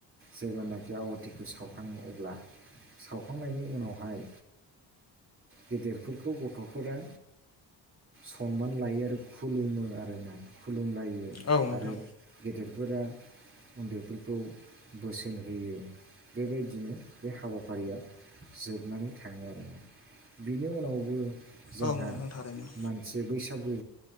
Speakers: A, on the right; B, on the left.
A: जेब्लानाखि आवाथिखौ सावखाङो अब्ला सावखांनायनि उनावहाय गेदेरफोरखौ गथ'फोरा सनमान लायो आरो खुलुमो आरोना। खुलुमलायो
B: औ नोंथां
A: आरो गेदेरफोरा उन्दैफोरखौ बोसोन होयो बेबायदिनो बे हाबाफारिया जोबनानै थाङो आरो बिनि उनावबो जोंहा
B: औ नोंथां थारैनो
A: मानसि बैसागु